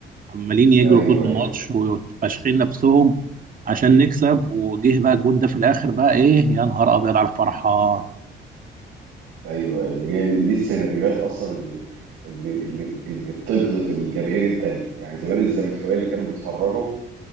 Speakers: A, on the right (about 45°); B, on the right (about 85°).
A: عمالين يجروا
B: ايوه
A: طول الماتش
B: ايوه
A: وفاشخين نفسهم عشان نكسب وجه بقى الجون ده في الاخر بقى ايه يا نهار ابيض على الفرحه اه
B: ايوه ايوه هي دي, دي السيناريوهات اصلا اللي اللي اللي اللي بتجلط الجماهير التانية يعني زمان الزملكاويه اللي كانوا بيتفرجوا